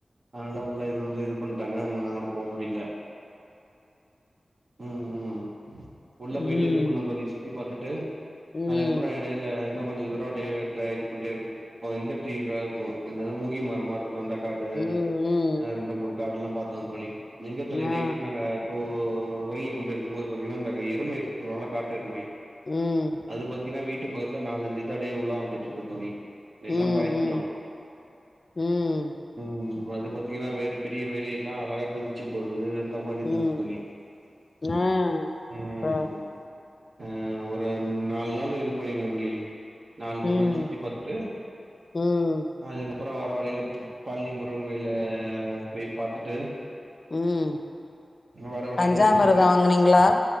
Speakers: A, on the right; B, on the left.
A: அதனால உள்ள இது வந்து இது பண்ட்டாங்க அதனால நாங்களு போக முடில ம் ம் உள்ள
B: ம்
A: போய்ட்டு இது பண்ணோ <unintelligible> சுத்தி பாத்து ட்டு
B: ம்
A: அதுக்கப்புறோ எடைல இன்னு கொஞ் ச தூரோ அப்டியே ட இது பண்ட்டே இருக்கணு ஆ இந்த டீ அதாவ்து ம என்னது மூங்கில் மரோ மார இருக்கு அந்த காடு
B: ம் ம்
A: ஆ ரெண்டு மூணு காடெல்லா பாத்தோ தோழி நீங்க தோழி நைட்டு
B: ஆ
A: நாங்க தூ உறங்கிக் கொண்டு இருக்கும்போது பாத்தீங்கன்னா இந்த எருமை இருக் சொல்வாங்கல்ல காட்டு எருமை
B: ம்
A: அது பாத்தீங்கன்னா வீட் டு பக்கத்துல நாலஞ்சு இது அப்டியே உலா வந்துட்ருக்கு தோழி எல்லா
B: ம்
A: பயந்துட்டோ
B: ம் ம்
A: ம் அது பாத்தீங்கன்னா வேலி பெரிய வேலி எல்லா அழகா குதிச்சு போகுது அந்த மாரி இருந்துச்சு
B: ம்
A: தோழி
B: ஆ
A: ம்
B: சரிங்க
A: அ ஒரு நாலு நாள் இது பண்ணிரு சொல்லி நாலு மூணு
B: ம்
A: நாள்ல சுத்தி பாத்துட்டு
B: ம்
A: அதுக்கப்புறம் வர வழில பழனி மு ருகன் கோயில போய் பார்த்துட்டு
B: ம்
A: வர வழியில
B: பஞ்சாமிரதம்
A: பாத்தீங்கனா
B: வாங்குனீங்களா